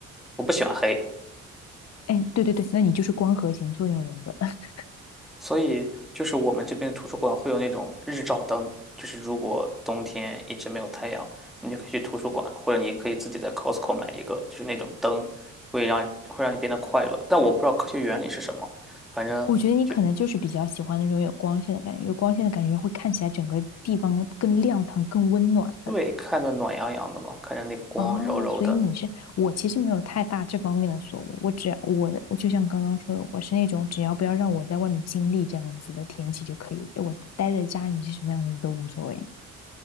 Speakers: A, in the centre; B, on the left (about 60°).
A: 我不喜欢黑，
B: 哎，对对对，那你就是光合型作用人格。<laughs>
A: 所以就是我们这边图书馆会有那种日照灯，就是如果冬天一直没有太阳，你就可以去图书馆，或者你可以自己在 Costco 买一个，就是那种灯，会让会让你变得快乐。但我不知道科学原理是什么，反正就
B: 我觉得你可能就是比较喜欢那种有光线的感觉，有光线的感觉会看起来整个地方更亮堂、更温暖。
A: 对，看着暖洋洋的嘛，看着那个光柔柔的，
B: 哦，所以你是我其实没有太大这方面的所谓，我只我的我就像刚刚说的，我是那种只要不要让我在外面经历这样子的天气就可以，我待在家里是什么样子都无所谓。